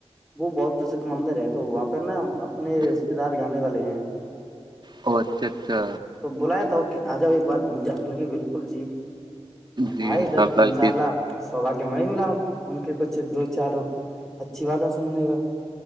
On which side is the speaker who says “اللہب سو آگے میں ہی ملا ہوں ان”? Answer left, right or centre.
Centre